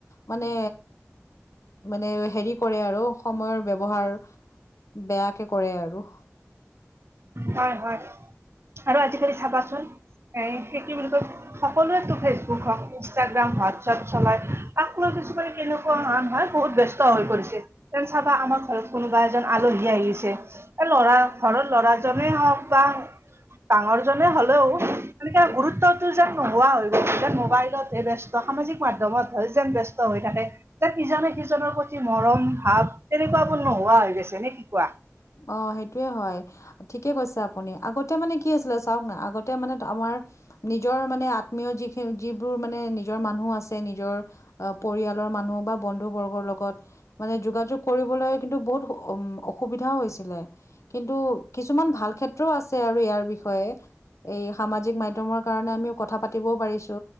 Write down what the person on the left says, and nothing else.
মানে মানে হেৰি কৰে আৰু সময়ৰ ব্যৱহাৰ বেয়াকে কৰে আৰু
অ সেইটোয়ে হয় ঠিকে কৈছে আপুনি আগতে মানে কি আছিলে চাওক না আগতে মানে আমাৰ নিজৰ মানে আত্মীয় যিখেৰ যিবোৰ মানে নিজৰ মানুহ আছে নিজৰ পৰিয়ালৰ মানুহ বা বন্ধু বৰ্গৰ লগত মানে যোগাযোগ কৰিবলৈ কিন্তু বহুত উ অসুবিধাও হৈছে কিন্তু কিছুমান ভাল ক্ষেত্ৰও‌ আছে আৰু ইয়াৰ বিষয়ে এই সামাজিক মাধ্যম কাৰণে আমি কথাও পাতিব পাৰিছো